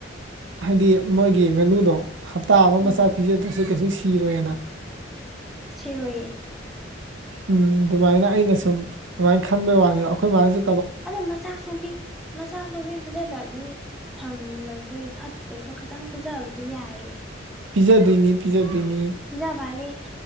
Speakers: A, on the right; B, in the centre.
A: ꯍꯥꯏꯗꯤ ꯃꯣꯏꯒꯤ ꯉꯥꯅꯨꯗꯣ ꯍꯞꯇꯥ ꯑꯃ
B: ꯎꯝ
A: ꯃꯆꯥꯛ ꯄꯤꯖꯗ꯭ꯔꯁꯨ ꯀꯩꯁꯨ ꯁꯤꯔꯣꯏꯅ <unintelligible>
B: ꯁꯤꯔ
A: ꯎꯝ ꯑꯗꯨꯃꯥꯏꯅ ꯑꯩꯅ ꯁꯨꯝ ꯑꯗꯨꯃꯥꯏꯅ ꯈꯟꯕꯩ ꯋꯥꯅꯤꯕ ꯑꯩꯈꯣꯏ ꯃꯥꯁꯨ
B: ꯑꯗꯨꯅ ꯃꯆꯆꯥꯁꯨꯨꯕꯤ ꯃꯆꯆꯥꯁꯨꯕꯤ ꯄꯤꯖꯗꯕꯤ ꯊꯝꯕꯁꯦ ꯐꯠꯇꯦ ꯑꯗꯣ ꯈꯤꯇꯪ ꯄꯤꯖꯕꯁꯨ ꯌꯥꯏꯌꯦ
A: ꯄꯤꯖꯥꯗꯅꯤ ꯄꯤꯖꯥꯗꯅꯤ
B: ꯍꯖꯥꯚꯔꯤ